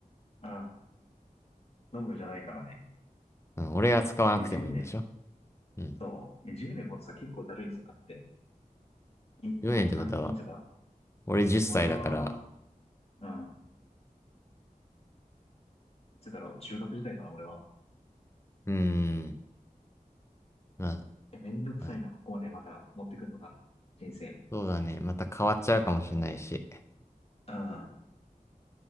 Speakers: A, on the left; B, on the left.
A: ああ、飲むじゃないからね。
B: うん、俺が使わなくてもいいんでしょ
A: いや、10年、
B: うん。
A: そう。いや、10年もとさ、結構だるいぞ。だって、い、
B: 1年ってことは、
A: い、なん、いつだ
B: 俺10歳だから、
A: 俺は、うん、いつだろう、中学時代かな、俺は。
B: うーん、ま
A: え、めんどくさいな、
B: あ、はい。
A: ここまでまた持ってくんのか、人生。
B: そうだね。また変わっちゃうかもしれないし。
A: うん。